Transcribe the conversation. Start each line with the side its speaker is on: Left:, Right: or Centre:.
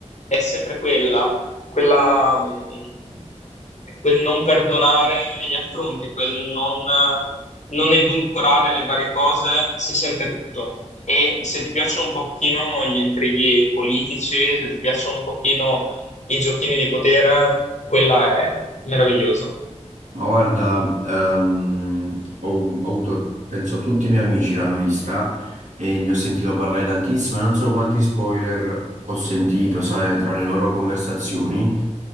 Left: è sempre quella, quella, mh, quel non perdonare gli affronti, quel non non edulcorare le varie cose, si sente tutto. E se ti piacciono un pochino gli intrighi politici, se ti piacciono un pochino i giochini di potere, quella è meravigliosa.
Right: Ma guarda, ehm, ho, ho avuto, penso tutti i miei amici l'hanno vista e ne ho sentito parlare tantissimo e non so quanti spoiler ho sentito, sai, tra le loro conversazioni.